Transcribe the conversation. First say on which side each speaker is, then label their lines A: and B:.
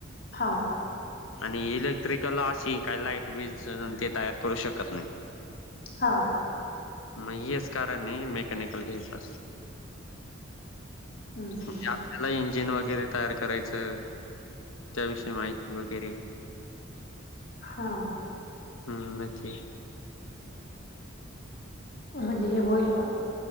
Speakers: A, on the left; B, on the left.
A: हा.
B: आणि इलेक्ट्रिकल अशी काही लाईट बिल ते तयार करू शकत नाही‌त.
A: हा.
B: मग हेच कारण आहे मेकॅनिकल घ्यायचं.
A: हम्म हम्म
B: म्हणजे
A: हम्म.
B: आपल्याला इंजिन वगैरे तयार करायचं त्याविषयी माहिती वगैरे.
A: हा.
B: हम्म मग ते
A: म्हणजे हे होईल मग